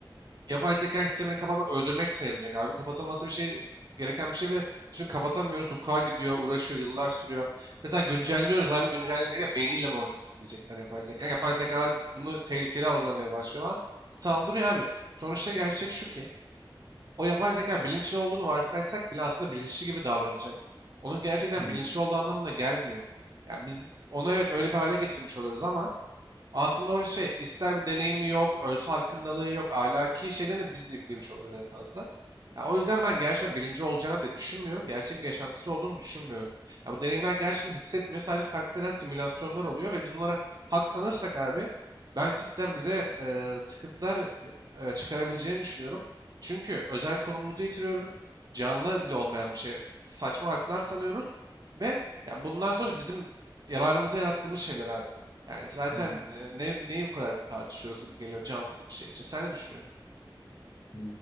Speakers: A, on the right; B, on the left.
A: Yapay zeka sistemini kapatmak öldürmek sayılacak abi. Kapatılması bir şey gereken bir şey bile. Çünkü kapatamıyoruz. Hukuka gidiyor, uğraşıyor, yıllar sürüyor. Mesela güncelliyoruz abi. Güncellenecekler. Beyniyle mi oynuyorsun diyecekler yapay zeka. Yapay zeka bunu tehlikeli algılamaya başlıyor falan. Saldırıyor abi. Sonuçta gerçek şu ki o yapay zeka bilinçli olduğunu varsaysak bile aslında bilinçli gibi davranacak. Onun gerçekten
B: Hı hı.
A: bilinçli olduğu anlamına gelmiyor. Yani biz onu evet öyle bir hale getirmiş oluyoruz ama aslında o şey işsel bir deneyimi yok, öz farkındalığı yok, ahlaki şeylerini biz yüklemiş oluyoruz en fazla. Ya o yüzden ben gerçekten birinci olacağını bile düşünmüyorum. Gerçek bir yaşantısı olduğunu düşünmüyorum. Ya bu deneyimler gerçekten hissetmiyor. Sadece taklit eden simülasyonlar oluyor ve biz bunlara hak tanırsak abi ben cidden bize e, sıkıntılar e, çıkarabileceğini düşünüyorum. Çünkü özel konumumuzu yitiriyoruz. Canlı bile olmayan bir şey. Saçma haklar tanıyoruz ve ya bundan sonra bizim yararımıza yarattığımız şeyler abi. Yani zaten
B: Hı hı.
A: e, ne, neyi bu kadar tartışıyoruz gibi geliyor cansız bir şey için. Sen ne düşünüyorsun?
B: Hı.